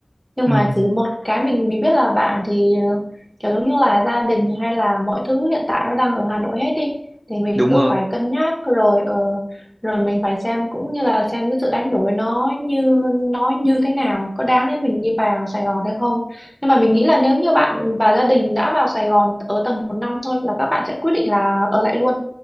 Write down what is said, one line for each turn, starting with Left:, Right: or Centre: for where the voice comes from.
Centre: nhưng
Right: ừ,
Centre: mà chỉ một cái mình mình biết là bạn thì ờ, kiểu giống như là gia đình hay là mọi thứ hiện tại nó đang ở Hà Nội hết đi thì mình
Right: đúng
Centre: cứ
Right: rồi
Centre: phải cân nhắc rồi ờ, rồi mình phải xem cũng như là xem cái sự đánh đổi nó như nó như thế nào có đáng để mình đi vào Sài Gòn hay không nhưng mà mình nghĩ là nếu như bạn và gia đình đã vào Sài Gòn ở tầm một năm thôi là các bạn sẽ quyết định là ở lại luôn.